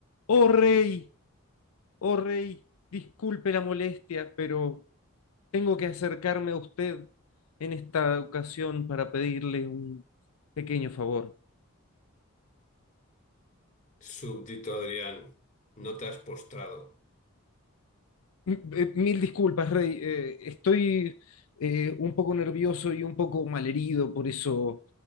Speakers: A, on the left; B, on the left.
A: Oh rey, oh rey, disculpe la molestia, pero tengo que acercarme a usted en esta ocasión para pedirle un pequeño favor.
B: Súbdito Adrián, no te has postrado.
A: M- eh, Mil disculpas, rey, eh, estoy eh, un poco nervioso y un poco malherido, por eso